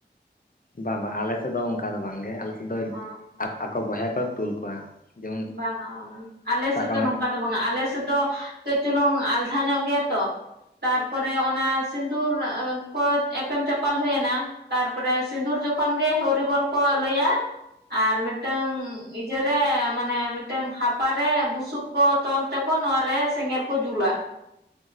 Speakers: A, on the left; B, on the right.
A: ᱵᱟᱝ ᱵᱟᱝ ᱟᱞᱮᱥᱮᱫ ᱫᱚ ᱚᱱᱠᱟ ᱫᱚ ᱵᱟᱝ ᱜᱮ ᱟᱞᱮᱥᱮᱫ ᱫᱚ
B: ᱚ
A: ᱟᱠᱚ ᱵᱚᱭᱦᱟ ᱠᱚ ᱛᱩᱞ ᱠᱚᱣᱟ᱾ ᱡᱮᱢᱚᱱ
B: ᱵᱟᱝᱟ ᱵᱟᱝᱟ ᱟᱞᱮ
A: ᱥᱟᱵ
B: ᱥᱮᱫ
A: ᱠᱟᱜ
B: ᱫᱚ
A: ᱢᱮ
B: ᱱᱚᱝᱠᱟ ᱵᱟᱝᱟ ᱟᱞᱮ ᱥᱮᱫ ᱫᱚ ᱠᱮᱹᱪ ᱪᱩᱞᱩᱝ ᱟᱞᱛᱷᱟ ᱧᱚᱜ ᱜᱮᱭᱟ ᱛᱚ᱾ ᱛᱟᱨᱯᱚᱨᱮ ᱚᱱᱟ ᱥᱤᱸᱫᱩᱨ ᱠᱚ ᱮᱯᱮᱢ ᱪᱟᱯᱟᱞ ᱦᱩᱭᱱᱟ᱾ ᱛᱟᱨᱯᱚᱨᱮ ᱥᱤᱸᱫᱩᱨ ᱡᱚᱠᱷᱚᱱ ᱜᱮ ᱦᱨᱤᱵᱚᱞ ᱠᱚ ᱞᱟᱹᱭᱟ ᱟᱨ ᱢᱤᱫᱴᱟᱝ ᱤᱡᱟ ᱹᱨᱮ ᱢᱟᱱᱮ ᱢᱤᱫᱴᱟᱝ ᱦᱟᱯᱟᱮ ᱵᱩᱥᱩᱵ ᱠᱚ ᱛᱚᱞ ᱛᱮᱠᱚ ᱱᱚᱶᱟᱨᱮ ᱥᱮᱸᱜᱮᱞ ᱠᱚ ᱡᱩᱞᱟ